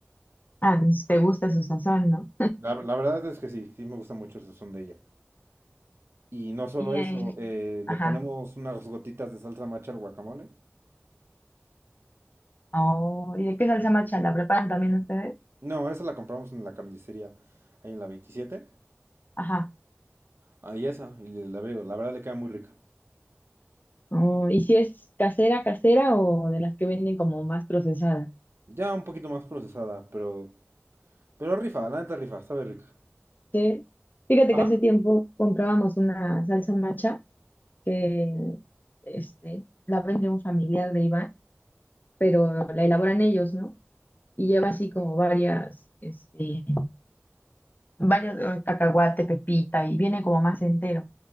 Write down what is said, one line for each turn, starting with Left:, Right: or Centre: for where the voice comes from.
Left: Ah, pues, te gusta su sazón, ¿no?
Right: La, la verdad es que sí, sí me gusta mucho el sazón de ella. Y no solo
Left: Y,
Right: eso,
Left: eh,
Right: eh, le
Left: ajá.
Right: ponemos unas gotitas de salsa macha al guacamole.
Left: Oh, ¿y de qué salsa macha la preparan también ustedes?
Right: No, esa la compramos en la carnicería, ahí en la veintisiete
Left: Ajá.
Right: Ahí esa, y le- la, veo, la verdad le queda muy rica.
Left: Oh, ¿y si es casera, casera o de las que venden como más procesadas?
Right: Ya un poquito más procesada, pero, pero rifa, la neta rifa, sabe rica.
Left: Sí. Fíjate
Right: Ajá.
Left: que hace tiempo comprábamos una salsa macha que este, la vende un familiar de Iván. pero la elaboran ellos, ¿no? Y lleva así como varias, este, varios eh, cacahuate, pepita, y viene como más entero.